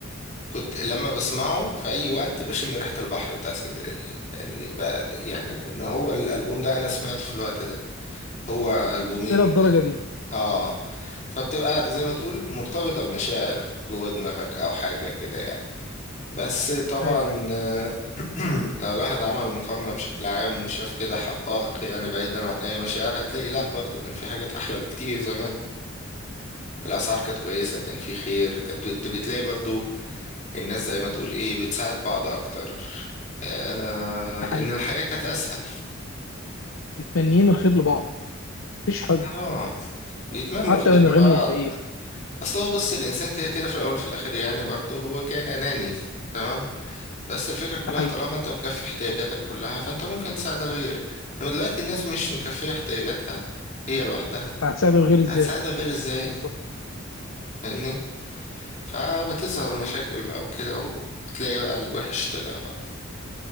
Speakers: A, on the left; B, on the left.
A: كنت لما بسمعه في اي وقت بشم ريحه البحر بتاع اسكندريه يعني بقى يعني لان هو الالبوم ده انا سمعته في الوقت ده هو البومين
B: الى الدرجه دي
A: اه فبتبقى زي ما تقول مرتبطة بمشاعر جوه دماغك أو حاجة كده يعني بس طبعا
B: ايوه ايوه
A: آه، <clears throat> لو الواحد عمل مقارنة بشكل عام وشاف كده حقائق يعني بعيدا عن أي مشاعر هتلاقي لأ برضو كان في حاجات أحلى بكتير زمان الأسعار كانت كويسة كان في خير كانت بت- بتلاقي برضو الناس زي ما تقول إيه بتساعد بعض أكتر آه
B: ده
A: لأن
B: حقيقي
A: الحياة كانت أسهل
B: متمنيين الخير لبعض مفيش حد
A: اه يتمنوا
B: حتى
A: الخير
B: من الغني
A: لبعض
B: والفقير
A: اصل هو بص الانسان كده كده في الاول وفي الاخر يعني برضه هو كان اناني تمام بس الفكره كلها
B: ده حقيقي
A: طالما انت مكفي احتياجاتك كلها فانت ممكن تساعد الغير انما دلوقتي الناس مش مكفيه
B: أيوة.
A: احتياجاتها هي لوحدها
B: فهتساعد الغير ازاي
A: هتساعد الغير ازاي
B: بالظبط
A: فاهمني فبتظهر مشاكل بقى وكده وبتلاقي بقى الوحش طلع بقى